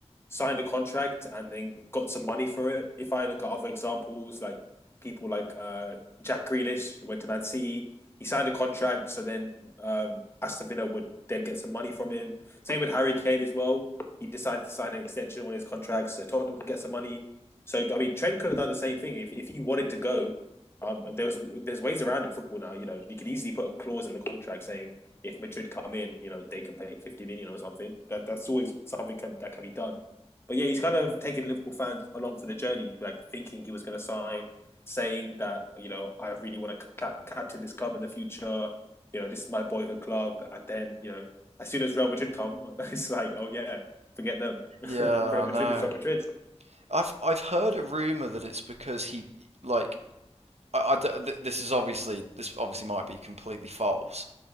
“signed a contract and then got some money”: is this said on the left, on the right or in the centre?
Left